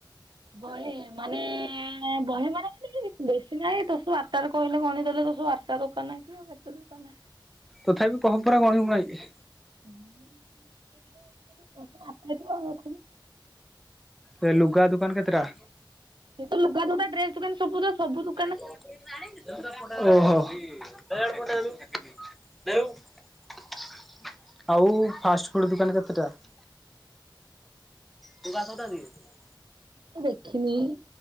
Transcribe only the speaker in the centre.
ତଥାପି ପହମ୍ପରା ଗଣିବ ନାଇଁକି।
ସେ ଲୁଗା ଦୋକାନ କେତେଟା?
ଓହୋ। ଆଉ ଫାଷ୍ଟ ଫୁଡ ଦୋକାନ କେତେଟା। <unintelligible>